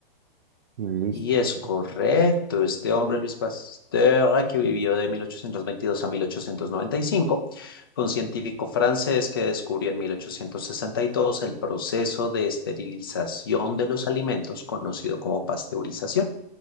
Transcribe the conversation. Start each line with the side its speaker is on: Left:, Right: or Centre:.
Right: Y listo.
Left: Y es
Right: Sí.
Left: correcto, este hombre Luis Pasteur, que vivió de 1822 a 1895 fue un científico francés que descubrió en 1862 el proceso de esterilización de los alimentos, conocido como pasteurización,